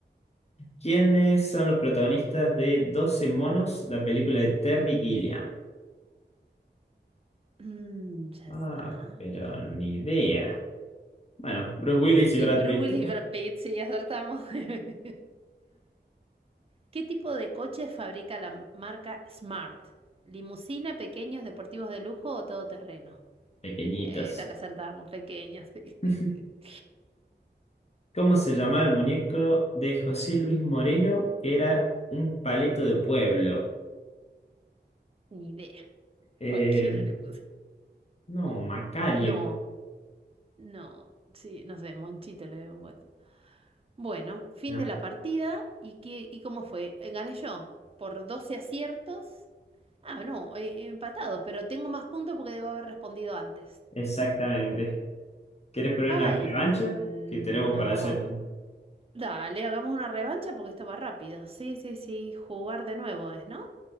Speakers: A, on the left; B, on the right.
A: ¿Quiénes son los protagonistas de Doce monos, la película de Terry Gilliam?
B: Mm, ya
A: Ah,
B: está.
A: pero ni idea. Bueno, Bruce Willis
B: Sí,
A: y Brad
B: Bruce
A: Pitt,
B: Willis y Brad Pitt, sí, acertamos. <laughs> ¿Qué tipo de coche fabrica la m- marca Smart? ¿Limusina, pequeños, deportivos de lujo o todoterreno?
A: pequeñitos.
B: Eh, Esta la acertamos, pequeños, sí.
A: <laughs>
B: <laughs>
A: ¿Cómo se llamaba el muñeco de José Luis Moreno, que era un paleto de pueblo?
B: Ni idea.
A: Eh,
B: Cualquiera le puse.
A: no, Macario.
B: No, no, sí, no sé, Monchito le veo Bueno, fin
A: No,
B: de la partida. ¿Y qué, y cómo fue? Eh, Gané yo por 12 aciertos. Ah, no, eh, empatados, pero tengo más puntos porque debo haber respondido antes.
A: exactamente. ¿Quieres poner
B: Ay,
A: una revancha?
B: no.
A: Que tenemos para hacer un.
B: Dale, hagamos una revancha porque esto va rápido. Sí, sí, sí, jugar de nuevo es, ¿no?